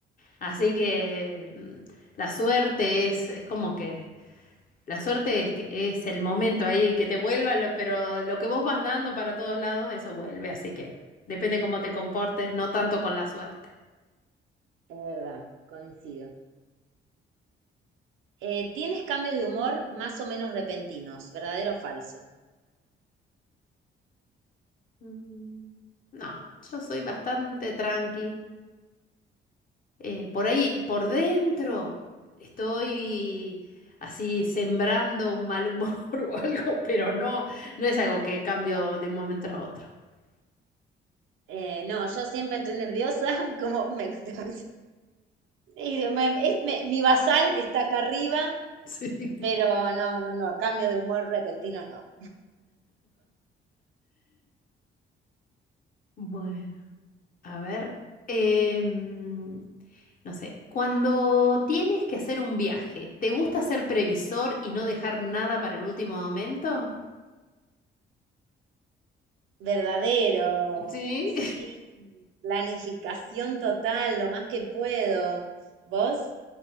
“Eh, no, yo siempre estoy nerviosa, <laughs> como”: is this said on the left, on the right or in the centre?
Right